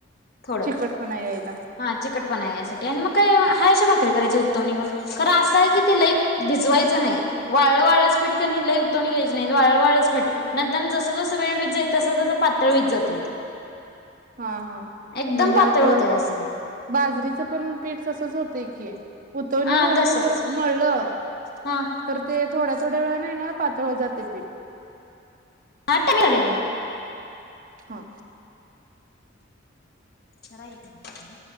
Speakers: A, on the left (about 55°); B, on the right (about 45°).
A: थोडं
B: चिकटपणा यायला
A: हा चिकटपणा यायसाठी
B: <inaudible>
A: <unintelligible> भाकरी करायची <unintelligible> खर असय की ते लई भिजवायचं नाय वाळंवाळं च पीठ त्यांनी <unintelligible> वाळं वाळंच पीठ नंतर जसं जसं वेळ व्हीत जाईल तस तसं पातळ व्हीत जातंय ते
B: हा हा
A: एकदम
B: म्हणजे
A: पातळ
B: आपलं
A: होतंय असं मग
B: बाजरीचं पण पीठ तसंच होतय की उतवणी
A: हा
B: घालून
A: तसंच
B: जर मळलं
A: हा
B: तर ते थोड्या थोड्या वेळात नाही ना पातळ होत जातय पीठ
A: <unintelligible> बघा
B: हा
A: करलोय की